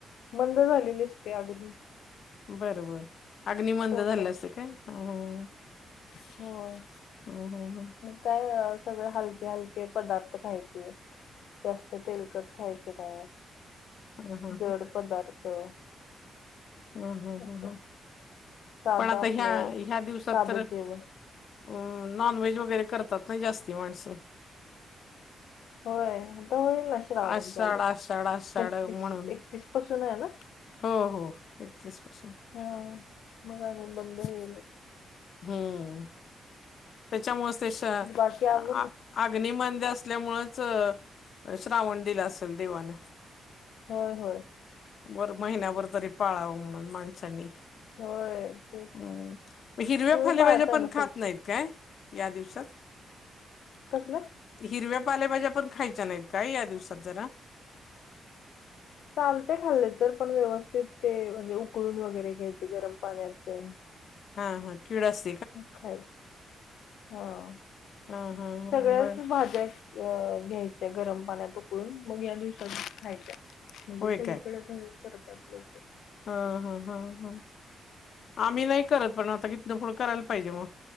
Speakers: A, on the left; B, on the left.
A: मंद झालेली असते अग्नी.
B: बर-बर, अग्नि मंद
A: पोटाची
B: झालेला असतो काय? ह्म.
A: होय.
B: हम्म हम्म हम्म.
A: काय अ सगळे हलके-हलके पदार्थ खायचे. जास्त तेलकट खायच नाय,
B: हा हा
A: जड पदार्थ
B: हम्म हम्म
A: असं
B: हम्म हम्म.
A: साधं
B: पण आता
A: आपलं
B: ह्या, ह्या दिवसात
A: साधं
B: तर,
A: जेवण
B: अम नॉन व्हेज वगैरे करतात ना जास्ती माणसं?
A: होय, आता हॊईल ना श्रावण
B: आषाढ
A: चालू,
B: आषाढ आषाढ
A: एकतीस-एकतीस
B: म्हणून
A: पासून आहे ना?
B: हो हो एकतीस पासून.
A: ह्म मग अजून बंद होईल.
B: हम्म, त्याच्यामुळेच ते श्र
A: बाकी
B: आ
A: आवरलं
B: अग्निमंद असल्यामुळेच अ श्रावण दिला असल देवान.
A: होय-होय.
B: बर, महिन्याभर तरी पाळावं म्हणून माणसांनी.
A: होय ते
B: हम्म, <unintelligible> हिरव्या
A: तुम्ही
B: फलेभाज्या
A: पाळता
B: पण
A: ना
B: खात नाहीत. काय, या दिवसात?
A: कसल्या?
B: हिरव्या पालेभाज्या पण खायच्या नाहीत का, या दिवसात जरा?
A: चालतय खाल्ले तर, पण व्यवस्थित ते म्हणजे उकळून वगैरे घ्यायचे गरम पाण्यात ते.
B: हा हा किळस
A: खायच, हा
B: हा हा
A: सगळ्याच
B: बर
A: भाज्या अ घ्यायचय गरम पाण्यात उकळून, मग या दिवसात खायच्या. म्हणजे
B: होय
A: सगळीकडे <unintelligible> करतात लोक.
B: हां हां हां हं. आम्ही नाही करत पण आता, हितनं पुढं करायला पाहिजे मग.